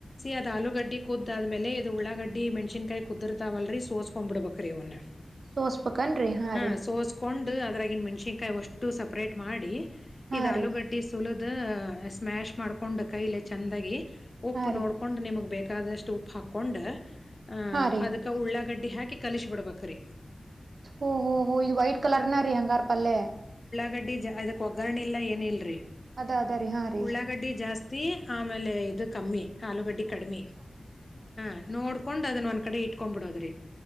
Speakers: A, on the left; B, on the right.
A: ಅದ ಆಲೂಗಡ್ಡಿ ಕುದ್ದಾದ್ಮೇಲೆ ಇದು ಉಳ್ಳಾಗಡ್ಡಿ ಮೆಣಸನ್ಕಾಯಿ ಕುದಿರ್ತಾವಲ್ರರಿ ಸೋಸ್ಕೊಂಡ್ ಬಿಡ್ಬೇಕ್ರಿವನ್ನೇ
B: ಸೋಸ್ಬೇಕನ್ರಿ
A: ಹಾ
B: ರೀ
A: ಸೋಸ್ಕೊಂಡು ಅದ್ರಾಗಿನ್ ಮನ್ಷ್ಯ ಕಾಯಿ ಒಷ್ಟು ಸಪ್ರೇಟ್ ಮಾಡಿ
B: ಹಾ
A: ಇದು ಆಲೂಗಡ್ಡಿ
B: ರೀ
A: ಸೋಲೋ ಅ ಸ್ಮ್ಯಾಶ್ ಮಾಡ್ಕೊಂಡು ಕೈಲೆ ಚೆಂದಾಗಿ ಉಪ್ಪು
B: ಹಾ ರೀ
A: ನೋಡ್ಕೊಂಡು ನಿಮಗ್ ಬೇಕು ಬೇಕಾದ್ರಷ್ಟು ಉಪ್ಪ ಹಾಕೊಂಡು ಹ
B: ಹಾ ರೀ
A: ಅದಕ್ಕೆೆ ಉಳ್ಳ ಗಡ್ಡಿ ಹಾಕಿ ಕಲಿಸಿಿ ಬಿಡ್ಬೇಕ್ರೀ
B: ಓ ಹೊೋ ಹೋ ಇದು ವೈಟ್ ಕಲರ್ ನ ರೀ ಹಂಗಾರ ಪಲ್ಲೆ
A: ಗಡ್ಡಿ ಅದಕ್ ಒಗ್ಗರಣಿಲ್ಲ ಏನಿಲ್ರರಿ
B: ಅದ ಅದ ರೀ ಹಾ ರೀ
A: ಉಳ್ಳಾಗಡ್ಡಿ ಜಾಸ್ತಿ ಆಮೇಲೆ ಇ ಕಮ್ಮಿ ಆಲೂಗಡ್ಡಿ ಕಡಿಮೆ ಹಾ ನೋಡ್ಕೊಂಡ್ ಅದನ್ನ ಕಡೆ ಇಟ್ಕೊಂಡ್ಬ ಬಿಡೋದ್ರಿ